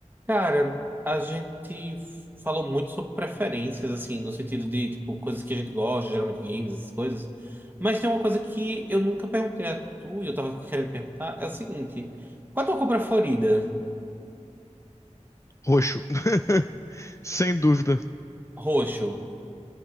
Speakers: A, on the right (about 15°); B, on the left (about 25°).
A: Cara, a gente falou muito sobre preferências, assim, no sentido de, tipo, coisas que a gente gosta, geralmente games, essas coisas. Mas tem uma coisa que eu nunca perguntei a tu e eu tava querendo perguntar, é o seguinte. Qual a tua compra favorita?
B: Roxo. <laughs> Sem dúvida.
A: Roxo.